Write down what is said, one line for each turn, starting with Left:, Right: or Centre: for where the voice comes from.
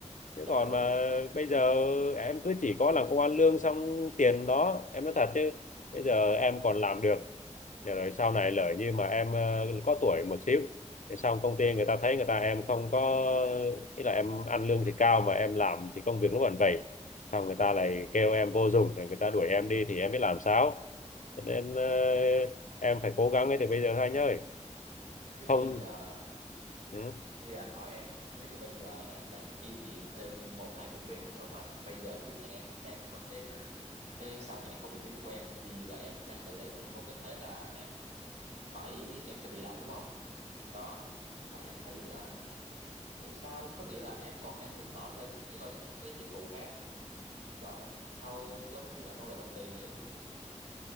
Left: chứ
Right: trời
Left: còn mà
Right: ơi
Left: bây giờ em cứ chỉ có làm công ăn lương xong tiền đó em nói thật chứ bây giờ em còn làm được Nhờ rồi sau này lỡ như mà em ờ, có tuổi một xíu thì xong công ty người ta thấy người ta em không có ý là em ăn lương thì cao mà em làm thì công việc lúc còn vậy xong người ta lại kêu em vô dụng rồi người ta đuổi em đi thì em biết làm sao Cho nên ờ, em phải cố gắng ngay từ bây giờ thôi anh ơi
Right: chứ
Left: không
Right: bây giờ
Left: ừ,
Right: Bây giờ anh hỏi em này, nếu như bây giờ em đang kiêm nhiệm thêm một hai công việc nữa mà bây giờ chính em cũng đang là cái cái sao nhãng công việc chính của em thì là em cũng đang tự đẩy mình vô cái thế là em phải em sẽ bị động đúng không? Đó. Với lại anh thấy là ủa sao có nghĩa là em còn đang tính mở thêm những cái những cái dịch vụ khác. Trời, sao giống như là nô lệ đồng tiền vậy?